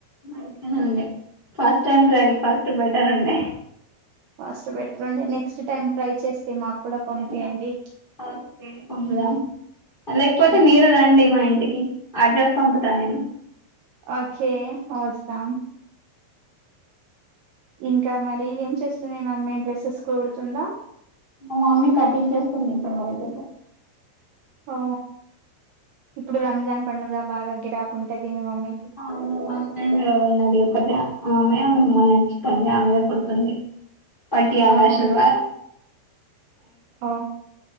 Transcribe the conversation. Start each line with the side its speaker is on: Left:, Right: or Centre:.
Left: మంచిగానే ఉంది first time try first better అండి
Right: ఫస్ట్ బెటర్ అండి నెక్స్ట్ టైమ్ ట్రై చేస్తే మాకు కూడా పంపియండి
Left: చేద్దాం ఓకే పంపుదాం లేకపోతే
Right: మ్మ్.
Left: మీరే రండి మా ఇంటికి అడ్రస్ పంపుతా నేను
Right: ఓకే వస్తస్తాం ఇంకా మరి ఏం చేస్తుంది మమ్మీ డ్రెస్సెస్ కోడుతుందా
Left: మా మమ్మీ కట్టించేస్తుంది ఇప్పటి వరక అయితే
Right: ఓ ఇప్పుడు రంజాన్ పండుగ బాగాగిరాకుంటది మీ మమ్మీ
Left: అవును మా ఫ్రెండ్ ఉన్నది ఒక్కతే ఆమె ఆమెకు మొన్నంచిప్పందింది ఆమెద కొడుతుంది పట్ట్యాల
Right: ఓహో
Left: శల్వార్
Right: ఓ